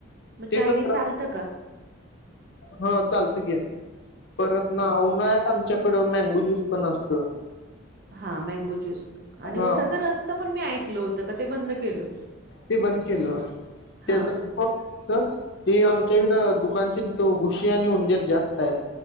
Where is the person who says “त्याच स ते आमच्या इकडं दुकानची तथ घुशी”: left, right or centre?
Left